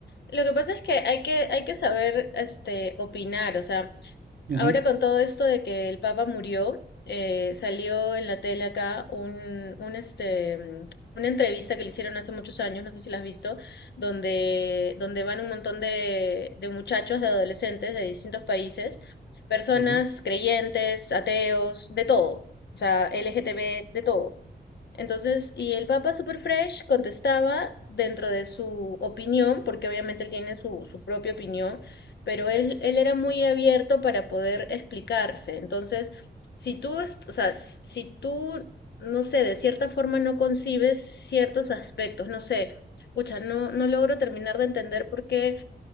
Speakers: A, on the left; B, on the right.
A: Lo que pasa es que hay que, hay que saber este, opinar, o sea,
B: Ujú,
A: ahora con todo esto de que el Papa murió, eh, salió en la tele acá un, un, este, mm, una entrevista que le hicieron hace muchos años, no sé si la has visto, donde, donde van un montón de, de muchachos, de adolescentes de distintos países, personas
B: ujú, ujú.
A: creyentes, ateos, de todo, o sea, LGTB, de todo. Entonces, y el Papa Super Fresh contestaba dentro de su opinión, porque obviamente él tiene su, su propia opinión, pero él, él era muy abierto para poder explicarse. Entonces, si tú, es- o sea, s- si tú, no sé, de cierta forma no concibes ciertos aspectos, no sé, escucha, no, no logro terminar de entender por qué